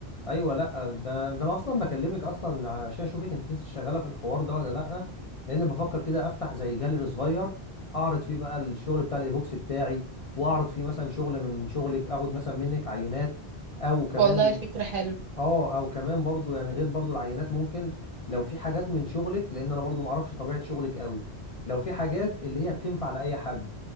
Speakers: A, on the left (about 45°); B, on the right (about 55°).
A: ايوه لا ده ده انا اصلا بكلمك اصلا عشان اشوفك انت لسه شغالة في الحوار ده ولا لا لان بفكر كده افتح زي جاليري صغير اعرض فيه بقى الشغل بتاع الايبوكسي بتاعي واعرض فيه مثلا شغل من شغلك اخد مثلا منك عينات او كمان
B: والله فكرة حلوة
A: اه او كمان برضو يعني غير برضو العينات ممكن لو في حاجات من شغلك لان انا برضو معرفش طبيعة شغلك قوي لو في حاجات اللي هي بتنفع لأي حد